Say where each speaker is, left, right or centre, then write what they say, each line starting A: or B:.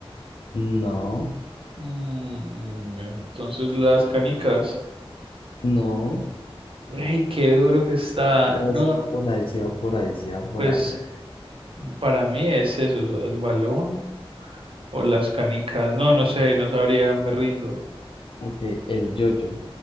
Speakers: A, on the left (about 60°); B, on the right (about 65°).
A: No,
B: Mm, entonces las canicas.
A: no.
B: ¡Ey, qué duro que está!
A: Pero
B: No,
A: sí va por ahí, sí va por ahí, sí va por
B: pues
A: ahí.
B: para mí es eso, el balón o las canicas. No, no sé, no sabría, me rindo.
A: Ok, el yo-yo.